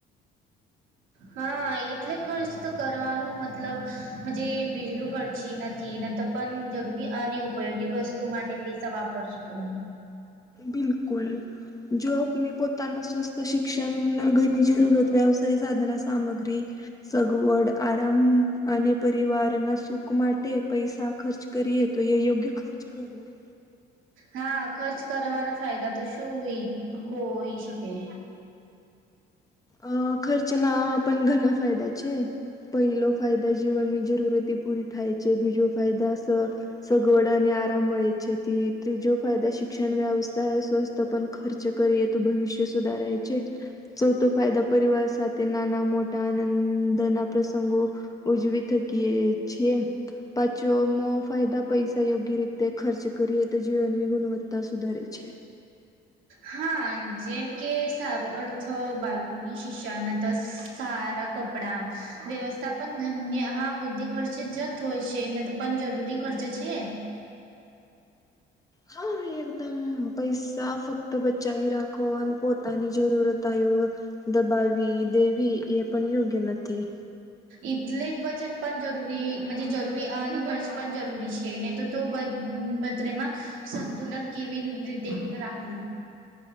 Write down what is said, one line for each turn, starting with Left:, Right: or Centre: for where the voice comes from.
Right: હા એટલે ખર્ચ તો કરવાનો મ મતલબ વીજલું ખર્ચી નથી. પણ જરૂરી અને ઉપયોગી વસ્તુ માટે પૈસા વાપરશું તો-'
Left: બિલકુલ જો આપને પોતાના સ્વસ્થ શિક્ષણ ઘની જરૂરત વ સાધના સામગ્રી સગવડ આરામ. અને પરિવારના સુખ માટે પૈસા ખર્ચ કરીએ તો એ યોગ્ય ખર્ચ કર લાવે.
Right: હા ખર્ચ કરવાના ફાયદા તો શું હોય શકે.
Left: અ ખર્ચના પણ ઘણા ફાયદા છે. પહેલો ફાયદા જીવનની જરૂરતી પૂરી થાાય છે બીજો ફાયદા અ સગવડ અને આરામ મળે છે તે ત્રીજ. ો ફાયદા શિક્ષણ વ્યવસાય સ્વસ્થ પણ ખર્ચ કરી એ તોું ભવિષ્ય સુધારાય છે. ચૌથો ફાયદા પરિવાર સાથે નાના મોટા આનંદના પ્રસંગો ઉજવી થકીએ છેી પાછો મો ફાયદા પૈસા યોગ્ય રીતે તે ખર્ચ કરીએ તો જીવનની ગુણવત્તા સુધારે છે.
Right: હા જેમ કે સારું અર્થ બાળકોની શિક્ષાના ત સારા કપડા વ્યવસ્થાપન ધન્ય હા બુદ્ધિ ખર્ચે જત હોય છે. પણ જરૂરી ખર્ચ છે.
Left: હા એકદમ પૈસા ફક્ત બચાવી રાખો અને પોતે પોતાની જરૂરતા દબાવી દેવી એ પણ યોગ્ય નથી.
Right: એટલેક વચન પણ જરૂરી જરૂરી આ અને ખર્ચ પણ જરૂરી છે નહીં તો તો બતમાં સંતુલન કેવી રીતે રાખવું.